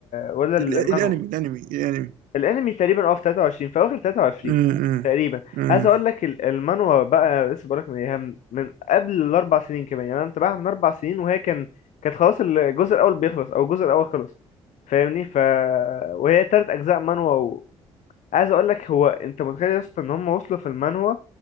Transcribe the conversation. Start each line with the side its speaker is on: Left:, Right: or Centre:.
Left: ولا المانوا
Right: ال- الأنمي الأنمي الأنمي
Left: الانمي تقريبا اه في 23 في اواخر 23
Right: امم
Left: تقريبا
Right: امم
Left: عايز اقول لك ال- المانوا بقى لسه بقول لك من إيه، من من قبل الاربع سنين كمان يعني انا متابعها من اربع سنين وهي كان كانت خلاص الجزء الاول بيخلص او الجزء الاول خلص فاهمني ف وهي تلات اجزاء مانوا و... عايز اقول لك هو انت متخيل يا اسطى ان هم وصلوا في المانوا